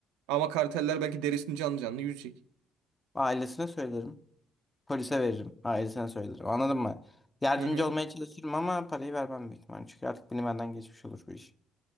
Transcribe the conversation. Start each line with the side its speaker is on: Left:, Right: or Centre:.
Right: Ama karteller belki derisini canlı canlı yüzecek.
Left: Ailesine söylerim. Polise veririm. Ailesine söylerim. Anladın mı? Yardımcı
Right: Hı hı.
Left: olmaya çalışırım ama parayı vermem büyük ihtimalle. Çünkü artık beni benden geçmiş olur bu iş.